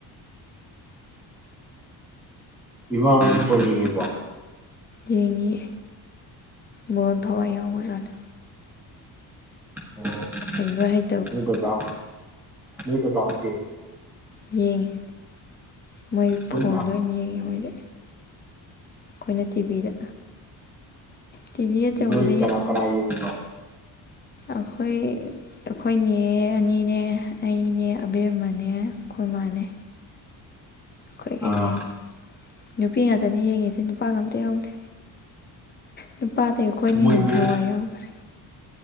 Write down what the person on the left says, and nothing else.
ꯌꯦꯡꯉꯤꯌꯦ ꯕꯣꯟ ꯊꯋꯥꯏ ꯌꯥꯎꯕꯖꯥꯠꯅꯦ
ꯍꯩꯕ ꯍꯩ
ꯌꯦꯡꯉꯤ ꯃꯣꯏ
ꯐꯣꯟꯗ ꯑꯣꯏꯅ ꯌꯦꯡꯉꯤ ꯃꯣꯏꯗꯤ ꯈꯣꯏꯅ ꯇꯤꯚꯤꯗ ꯇꯤꯚꯤ ꯑꯆꯧꯕꯗ
ꯑꯈꯣꯏ ꯑꯈꯣꯏ ꯅꯦ ꯑꯅꯤꯅꯦ ꯑꯩꯅꯦ ꯑꯕꯦꯝꯃꯅꯦ ꯈꯣꯏ ꯃꯥꯅꯦ ꯈꯣꯢꯒꯩ
ꯌꯦꯡꯉꯤ ꯅꯨꯄꯤ ꯉꯥꯛꯇꯅꯤ ꯌꯦꯡꯉꯤꯁꯦ ꯅꯨꯄꯥꯒ ꯑꯝꯇ ꯌꯥꯎꯗꯦ ꯅꯨꯞ ꯄꯥꯗꯩ ꯈꯣꯏꯅ
ꯍꯦꯟꯅ ꯊꯋꯥꯏ ꯌꯥꯎꯒ꯭ꯔꯦ